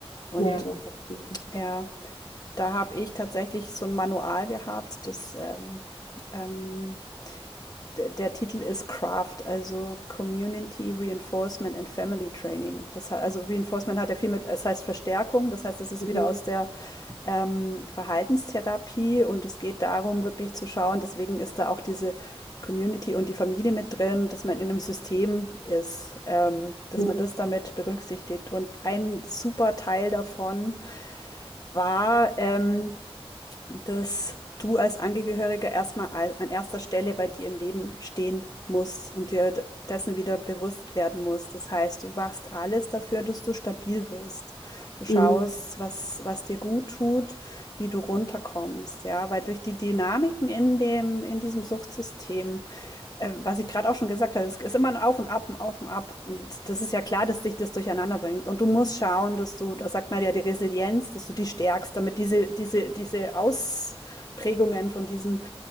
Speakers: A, on the left (about 40°); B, on the left (about 80°).
A: Und
B: ja, das ist gut.
A: ja, da habe ich tatsächlich so ein Manual gehabt, das ähm, ähm, der, der Titel ist Craft, also Community Reinforcement and Family Training. Das, he- also Reinforcement hat ja viel mit, es heißt Verstärkung, das heißt, es ist
B: Mhm.
A: wieder aus der ähm, Verhaltenstherapie und es geht darum, wirklich zu schauen, deswegen ist da auch diese Community und die Familie mit drin, dass man in einem System ist, ähm, dass
B: Ja,
A: man das damit berücksichtigt. Und ein super Teil davon war, ähm, dass du als Angehöriger erstmal al- an erster Stelle bei dir im Leben stehen musst und dir d- dessen wieder bewusst werden musst. Das heißt, du machst alles dafür, dass du stabil wirst. Du schaust,
B: mhm.
A: was, was dir gut tut, wie du runterkommst, ja, weil durch die Dynamiken in dem, in diesem Suchtsystem äh, was ich gerade auch schon gesagt habe, es ist immer ein Auf und Ab, ein Auf und Ab. Und das ist ja klar, dass dich das durcheinander bringt. Und du musst schauen, dass du, da sagt man ja die Resilienz, dass du die stärkst, damit diese, diese, diese Ausprägungen von diesen